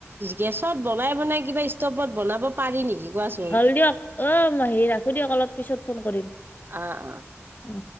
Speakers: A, on the right; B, on the left.
A: গেছত বনাই বনাই কিবা ষ্টভত বনাব পাৰি নেকি? কোৱাচোন?
B: হ'ল দিয়ক অ', মাহি ৰাখো দিয়ক অলপ পিছত ফোন কৰিম।
A: অ', অ'।
B: অ